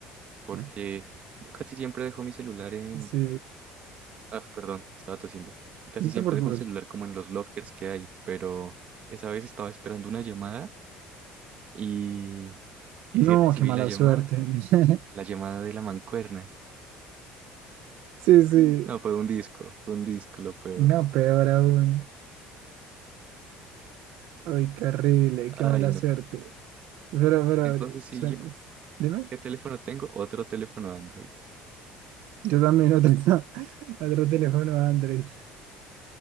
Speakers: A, on the right; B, on the right.
A: porque
B: ¿no?
A: yo casi siempre dejo mi celular en,
B: Sí,
A: ah, perdón, estaba tosiendo. Casi
B: no
A: siempre
B: te preocupes.
A: dejo el celular como en los lockers que hay, pero esa vez estaba esperando una llamada y, y
B: No,
A: sí recibí
B: qué mala
A: la llamada,
B: suerte. <laughs>
A: la llamada de la mancuerna.
B: Sí, sí.
A: Ay. No, fue un disco, fue un disco lo peor.
B: No, peor aún. Ay, qué horrible, qué
A: Ay,
B: mala
A: no.
B: suerte. Pero, pero,
A: Entonces, si
B: suena-
A: yo,
B: dime.
A: ¿qué teléfono tengo? Otro teléfono Android.
B: Yo también otro, <laughs> otro teléfono Android.